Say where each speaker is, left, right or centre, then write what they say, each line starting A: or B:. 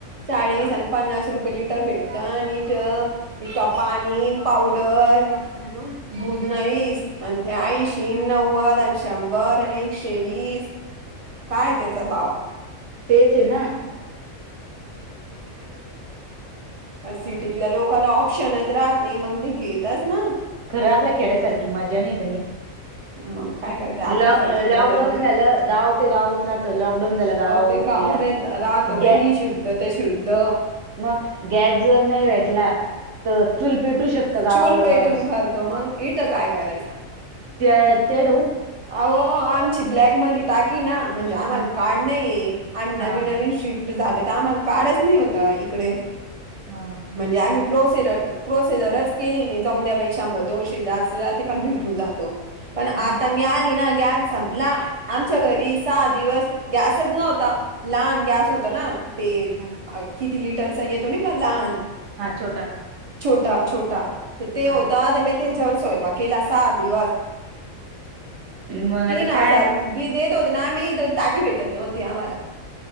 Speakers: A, on the right; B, on the right.
A: चाळीस
B: हा
A: आणि पन्नास रुपये लिटर भेट त आणि इथ तथ पाणी पावडर
B: <unintelligible>
A: दूध नाही आणि ते ऐंशी, नव्वद आणि शंभर आणि एकशे वीस काय त्याचा भाव
B: तेचे ना ना
A: सिटीतल्या लोकला ऑप्शनच राहत नाही मग ते घेतच ना
B: खरं आपल्या खेड्यासारखी मजा नाही काणी
A: मग काय करते आपल्यासारखी
B: ल
A: मदत
B: लॉकडाऊन
A: नाही
B: झालं गाव ते गावच राहत लॉकडाऊन झालं गाव
A: ते
B: अ
A: गावच रा राहतो बाई
B: ग
A: शुद्ध ते शुद्ध
B: मग गॅस जर नाही भेटला तर चूल पेटू शकत गावावर
A: चूल पेटून
B: माणूस
A: करतो मग इटं काय करायचा
B: तेड
A: अह आमची ब्लॅक म ाकी नटाकी ना म्हणजे आम्हाला
B: हा
A: कार्ड नाहीये आम्ही नवीन
B: हा हा
A: नवीन शिफ ट झाले तर आम्हाला काडच नाही होत इकडे
B: हा
A: म्हणजे आम्ही प्रोसेर प्रोसेसरच केली नाही जाऊन द्या पैशांबद्दल दोनशे जास्त जाते पण भेटून जातो. पण आता
B: हा
A: मी आली ना गॅस संपला आमच्या घरी सहा दिवस गॅसच नव्हता लहान गॅस होता ना ते
B: हा
A: किती लिटरचा येतो नाही का लहान
B: हा छोटा
A: छोटा छोटा तर ते
B: हा
A: होता म त्याच्यावर सोयंपाक गेला सहा दिवस
B: मग
A: तीन
B: आता
A: हजार
B: काय
A: बद होत ना आम् टाकी भेटत नव्हती आम्हाला